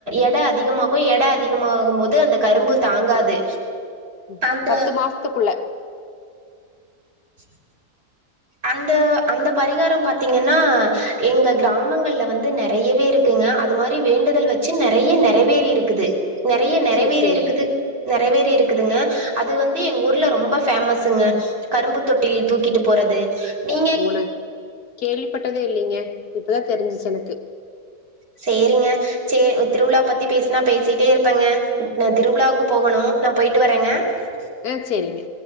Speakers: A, on the right; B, on the left.
A: எடை அதிகமாகும் எடை அதிகமாகும்போது அந்த கரும்பு தாங்காது
B: உம்
A: அந்த
B: பத்து மாசத்துக்குள்ள
A: சரி அந்த அந்த பரிகாரம் பாத்தீங்கன்னா எங்க கிராமங்கள்ல வந்து நிறையவே இருக்குங்க அது மாதிரி வேண்டுதல் வச்சு நிறைய நிறைவேறி இருக்குது நிறைய நிறைவேறி
B: சேரி சேரிங்க
A: இருக்குது நிறைவேறி இருக்கு இருக்குதுங்க அது வந்து எங்க ஊர்ல ரொம்ப பேமஸ்ங்க கரும்பு தொட்டில் தூக்கிட்டு போறது நீங்க
B: ஊனக் கேள்விப்பட்டதே இல்லைங்க அப்பதான் தெரிஞ்சிச்சு எனக்கு
A: சரிங்க சரி திருவிழா பத்தி பேசினா பேசிட்டே இருப்பேங்க நான் திருவிழாவுக்கு போகணு நான் போயிட்டு வரேங்க ச
B: ஆஹ் சரிங்க